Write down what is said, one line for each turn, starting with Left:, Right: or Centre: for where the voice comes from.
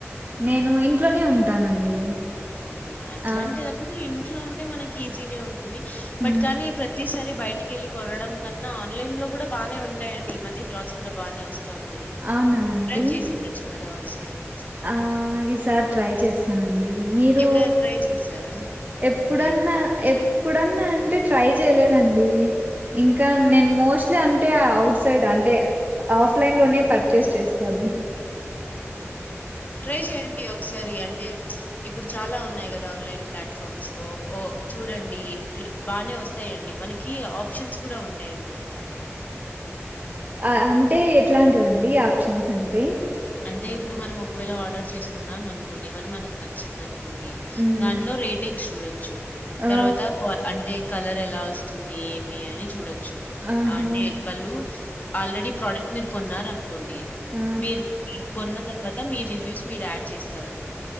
Right: నేను ఇంట్లోనే ఉంటా ఉంట్టానండి
Left: అవునా! అట్లాంటిదప్పుడు
Right: ఆ
Left: ఇంట్లో ఉంటే మనకి ఈజీనే ఉంటుంది బట్
Right: ఆ
Left: కానీ ప్రతి సారి బయటికి ఎల్లి కొనడం కన్నా ఆన్లైన్ లో కూడా బానే ఉంటాయండి ఈ మధ్య క్లాత్స్ కూడా బానే వస్ తున్నాయి
Right: అవునా అండి
Left: ట్రై చేసిండచ్చు కదా సరే
Right: ఆ ఈసారి ట్రై చేస్తానండి మీరు
Left: ఎప్పుడైనా ట్రై చేశారా?
Right: ఎప్పుడన్నా
Left: అంటే ఆర్డర్ చేసి
Right: ఎప్పుడన్నా అంటే ట్రై చేయలేదండి ఇంకా నేను మోస్ట్లీ అంటే అఔట్ సైడ్ అంటే ఆఫ్ ఆఫ్లైన్లోనే పర్చేస్ చేస్తాను
Left: అవును ఆ ట్రై చెయండి ఒకసారి అంటే అంటే ఇప్పుడు చాలా ఉన్నాయి కదా ఆన్లైన్ ప్లాట్ఫామ్స్ ఓ చూడండి బాగానే వస్తాయండి మనకి ఆప్షన్స్ కూడా ఉంటాయి అన్నమాట
Right: ఆ అంటే ఎట్లాంటి ఇవండి ఆప్షన్స్ అంటే
Left: అంటే ఇప్పుడు మనం ఒకవేళ ఆర్డర్ చేసుకున్నాం అనుకోండి ఏమైనా మనకు నచ్చిందనుకో డి
Right: మ్మ్
Left: దాంట్లో రేటింగ్స్ చుడోచ్చు
Right: ఆ
Left: తర్వాత కో అంటే కలర్ ఎలా వస్తుంది ఏమి అని చూడచ్చు చు
Right: ఆహా
Left: అంటే వాళ్ళు ఆల్రెడీ ప్రోడక్ట్ మీరు కొన్నారని కొండే
Right: ఆ
Left: మీరు ఇ కొన్న తర్వాత మీ రివ్యూస్ మీరు యాడ్ అన్నమాట